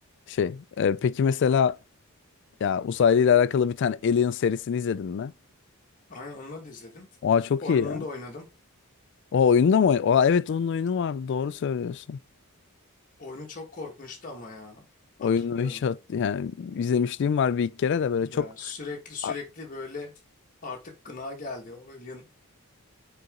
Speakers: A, on the left; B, on the left.
A: Şey, e, peki mesela ya uzaylı ile alakalı bir tane Alien serisini izledin mi?
B: Aynen onunla da izledim.
A: Oha çok
B: Oyununu
A: iyi ya.
B: da oynadım.
A: O oyunda mı? oyn- Oha evet onun oyunu vardı. Doğru söylüyorsun.
B: Oyunu çok korkunçtu ama ya. Hatırlıyorum.
A: Oyunu hiç hat yani izlemişliğim var bir iki kere de böyle
B: Ya
A: çok
B: sürekli sürekli
A: A-
B: böyle artık gına geldi. Oyun